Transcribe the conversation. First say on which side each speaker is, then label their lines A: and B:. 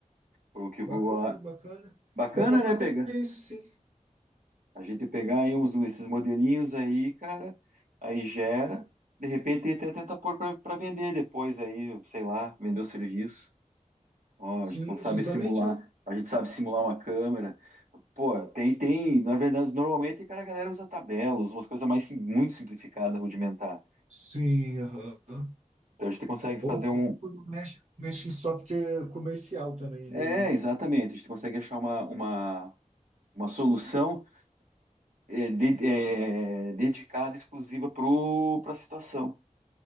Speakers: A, on the right (about 80°); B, on the right (about 60°).
A: O que o-
B: Bacana,
A: a-
B: bacana.
A: Bacana,
B: Dá para fazer
A: né, pegar?
B: isso, sim.
A: A gente pegar aí uns, esses modelinhos aí, cara, aí gera, de repente até tenta pôr para vender depois aí, sei lá, vender o serviço. Ó,
B: Sim,
A: a gente sabe
B: justamente,
A: simular,
B: né?
A: a gente sabe simular uma câmera. Pô, tem, tem, na verdade, normalmente, cara, a galera usa tabelas, umas coisas mais sim- muito simplificadas, rudimentar.
B: Sim, aham.
A: Então a gente consegue fazer
B: Ou,
A: um.
B: ou quando mexe, mexe em software comercial também,
A: É,
B: daí, né?
A: exatamente, a gente consegue achar uma, uma, uma solução é, de- é, dedicada, exclusiva para a situação